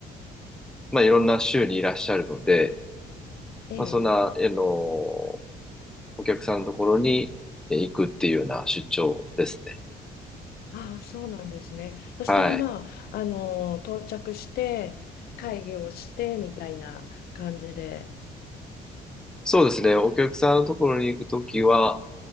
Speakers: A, in the centre; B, on the left.
A: まあ、いろんな州にいらっしゃるので、
B: ええ、
A: まあ、そんな、あの、お客さんのところにえー行くっていうような出張ですね。
B: ああ、そうなんですね。そしたら、
A: はい。
B: まあ、あの、到着して、会議をして、みたいな感じで。
A: そうですね。お客さんのところに行くときは、